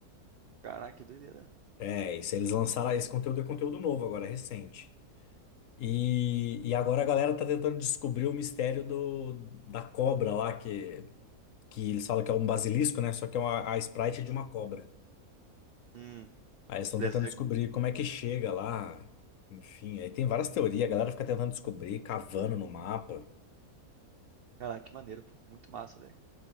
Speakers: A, on the right; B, on the left.
A: Caraca, que doideira.
B: É, isso. Eles lançaram esse conteúdo, é conteúdo novo agora, recente. E, e agora a galera tá tentando descobrir o mistério do, da cobra lá, que, que eles falam que é um basilisco, né? Só que é uma, a Sprite é de uma cobra.
A: Hum.
B: Aí eles estão
A: Daí
B: tentando descobrir como é que chega lá. Enfim, aí tem várias teorias, a galera fica tentando descobrir, cavando no mapa.
A: Caraca, que maneiro, pô. Muito massa, velho.